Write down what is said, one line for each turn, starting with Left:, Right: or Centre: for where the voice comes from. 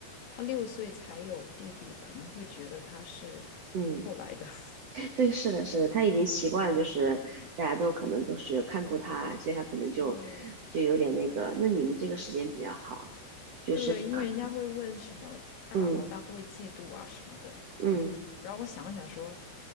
Left: 他六岁才有弟弟，可能会觉得他是
Right: 嗯，
Left: 后来的。<laughs>
Right: 对，是的，是的，他已经习惯了，就是大家都可能都是看顾他，所以他可能就
Left: 对
Right: 就有点那个。那你们这个时间比较好，就是可
Left: 对，因为人家会问什么大老大会不会嫉妒啊什么的，
Right: 嗯嗯，
Left: 然后我想了想说，